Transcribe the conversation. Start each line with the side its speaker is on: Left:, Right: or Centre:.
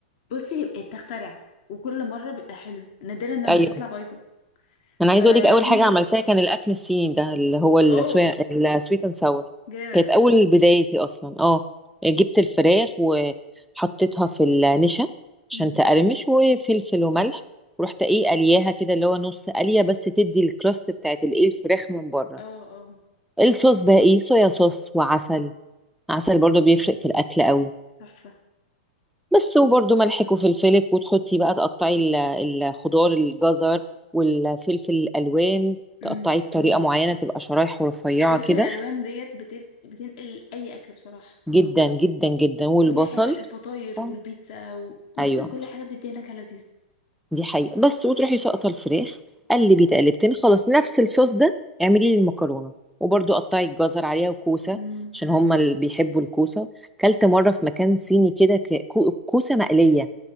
Left: بصي هي بتخترع وكل مرة بيبقى حلو نادرا لما
Centre: ايوه
Left: تطلع بايظة
Centre: انا
Left: فدي
Centre: عايزه اقول لك اول حاجه
Left: موهبة
Centre: عملتها كان الاكل الصيني ده اللي هو السوي...
Left: اوه
Centre: السويت اند ساور
Left: جامد
Centre: كانت اول بدايتي اصلا اه جبت الفراخ وحطيتها في النشا عشان
Left: امم
Centre: تقرمش وفلفل وملح ورحت ايه قلياها كده اللي هو نص قليه بس تدي الكراست بتاعت الايه الفراخ من بره
Left: اه اه
Centre: الصوص بقى ايه صويا صوص وعسل عسل برضو بيفرق في الاكل قوي
Left: تحفة
Centre: بس وبرضو ملحك وفلفلك وتحطي بقى تقطعي ال- الخضار الجزر والفلفل الالوان
Left: امم
Centre: تقطعيه بطريقه معينه تبقى شرايح رفيعه
Left: فلفل
Centre: كده
Left: الالوان ديت بتد... بتنقل اي اكل بصراحة
Centre: جدا جدا جدا والبصل
Left: كل حاجة الفطاير
Centre: آه.
Left: والبيتزا و... بصي
Centre: ايوه
Left: كل حاجة بتديها نكهة لذيذة
Centre: دي حقيقه بس وتروحي ساقطه الفراخ قلبي تقلبتين خلاص نفس الصوص ده اعملي لي المكرونه وبرضو قطعي الجزر عليها وكوسه
Left: امم
Centre: عشان هما اللي بيحبوا الكوسه كلت مره في مكان صيني كده ك- كو- كوسه مقليه